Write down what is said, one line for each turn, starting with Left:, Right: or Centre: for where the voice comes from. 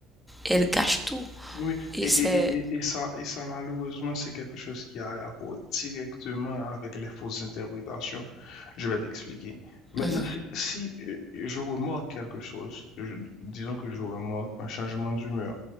Centre: elle gâche tout.
Left: Oui,
Centre: Et
Left: et,
Centre: c'est...
Left: et, et, et- et ça, et ça malheureusement, c'est quelque chose qui a rapport directement avec les fausses interprétations. Je vais t'expliquer. Maintenant,
Centre: Mhm,
Left: si, si, euh, je remarque quelque chose, je- disons que je remarque un changement d'humeur